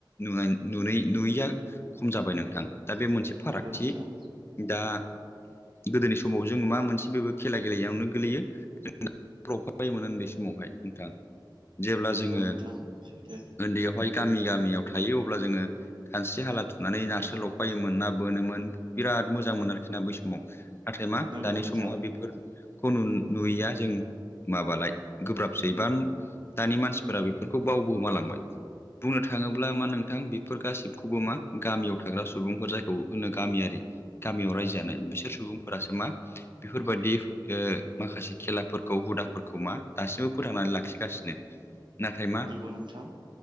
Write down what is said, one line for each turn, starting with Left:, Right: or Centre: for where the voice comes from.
Left: नुनाय नु नुयैया खम जाबाय नोंथां दा बे मोनसे फारागथि
Right: नंगौ नोंथां
Left: दा गोदोनि समाव जों मा मोनसे बेबो खेला गेलेयोआवनो गोलैयो जों <unintelligible> उनदै समावहाय नोंथां जेब्ला
Right: नंगौ
Left: जोङो
Right: नोंथां सैथो
Left: उन्दैयावहाय गामि गामियाव थायो अब्ला जोङो खानस्रि हाला थुनानै नास्रि लफायोमोन ना बोनोमोन बिराद मोजां मोन आरोखि ना बै समाव नाथाय मा
Right: नंगौ
Left: दानि
Right: नोंथां
Left: समावहाय बेफोर खौ नुयैया जों माबालाय गोब्राबसै बा दानि मानसिफोरा बेफोरखौ बावबोमालांबाय बुंनो थाङोब्ला मा नोंथां बेफोर गासिबखौबो मा गामियाव थाग्रा सुबुंफोर जायखौ होनो गोन गामियारि गामियाव रायजो जानाय बिसोर सुबुंफोरासो मा बेफोरबायदि ओ माखासे खेलाफोरखौ हुदाफोरखौ मा दासिमबो फोथांनानै लाखिगासिनो नाथाय मा
Right: नंगौ नोंथां